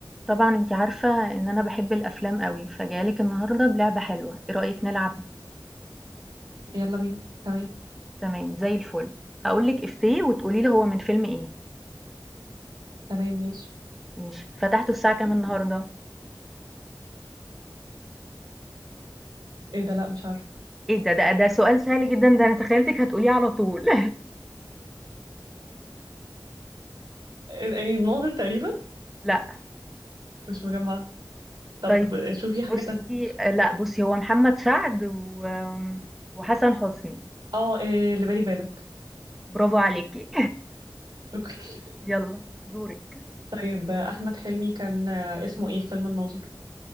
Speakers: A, in the centre; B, on the right (about 70°).
A: طبعًا أنتِ عارفة إن أنا باحب الأفلام أوي، فجاية لِك النهارده بلعبة حلوة، إيه رأيِك نلعب؟
B: يلا بينا تمام
A: تمام زي الفل، هاقول لِك إيفيه وتقولي لي هو من فيلم إيه،
B: تمام ماشي
A: ماشي، فتحته الساعة كام النهارده؟
B: ايه ده لا مش عارفه
A: إيه ده! ده ده سؤال سهل جدًا، ده أنا تخيلتِك هتقوليه على طول
B: ايه إيه، ناظر تقريبا
A: <laughs> لأ،
B: مش مجمعه طب
A: طيب
B: آه، شوفي
A: بُصّي
B: حاجه تانية
A: لأ بُصّي هو محمد سعد وآمم، وحسن حسني،
B: اه إيه اللي بالي بالك
A: برافو عليكِ
B: شكرا <laughs>
A: يالّا <laughs> دورِك.
B: طيب آه، احمد حلمي كان آه، اسمه ايه في فيلم الناظر